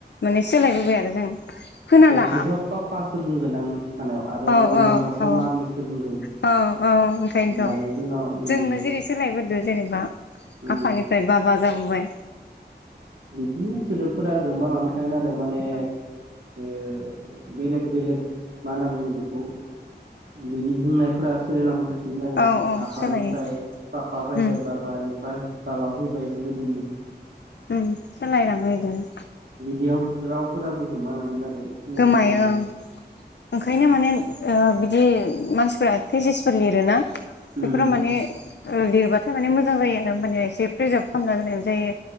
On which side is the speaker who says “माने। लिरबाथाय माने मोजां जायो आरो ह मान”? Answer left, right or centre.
Left